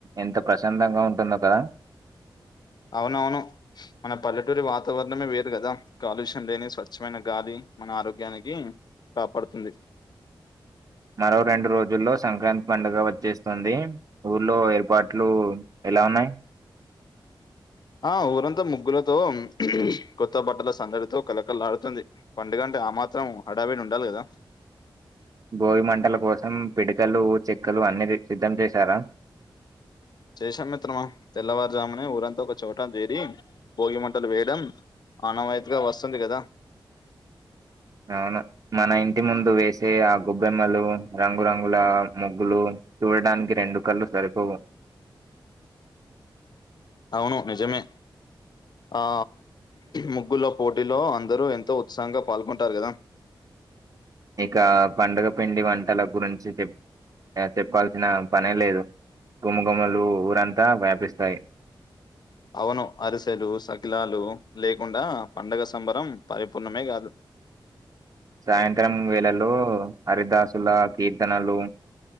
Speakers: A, on the right; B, on the left.
A: ఎంత ప్రశాంతంగా ఉంటుందో కదా!
B: అవునవును మన పల్లెటూరి వాతావరణమే వేరు కదా కాలుష్యం లేని స్వచ్ఛమైన గాలి మన ఆరోగ్యానికి కాపాడుతుంది
A: మరో రెండు రోజుల్లో సంక్రాంతి పండుగ వచ్చేస్తుంది ఊర్లో ఏర్పాట్లు ఎలా ఉన్నయి?
B: ఆ ఊరంతా ముగ్గులతో కొత్త బట్టల సందడితో కలకలాడుతుంది పండుగ అంటే ఆ మాత్రం హడాబడి ఉండాలి కదా!
A: బోగి మంటల కోసం పిడకలు చెక్కలు అన్ని తెచ్ సిద్ధం చేశారా?
B: చేశాం మిత్రమా తెల్లవారు జామునే ఊరంతో ఒక చోట జేరి, భోగి మంటలు వెయడం అనవాయితగా వస్తుంది కదా
A: అవును మన ఇంటి ముందు వేసే ఆ గొబ్బెమ్మలు రంగురంగుల ముగ్గులు చూడటనికి రెండు కళ్ళు సరిపోవు
B: అవును నిజమే ఆ ముగ్గులో పోటీలో అందరూ ఎంతో ఉత్సాహంగా పాల్గొంటారు కదా
A: ఇంకా పండగ పిండి వంటల గురించి చెప్ చెప్పాల్సిన పనే లేదు ఘుమఘుమలు ఊరంతా వ్యాపిస్తాయి
B: అవును అరిసెలు సకిలాలు లేకుండా పండగ సంబరం పరిపూర్ణమే కాదు.
A: సాయంత్రం వేళలో హరిదాసుల కీర్తనలు